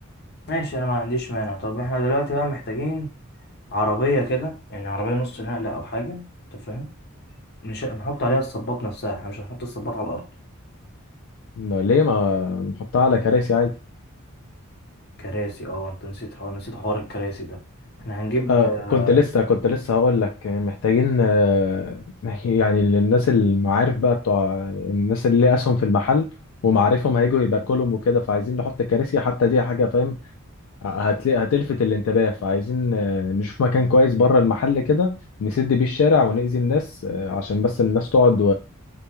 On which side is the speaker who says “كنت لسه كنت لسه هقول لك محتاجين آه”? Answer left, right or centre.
Left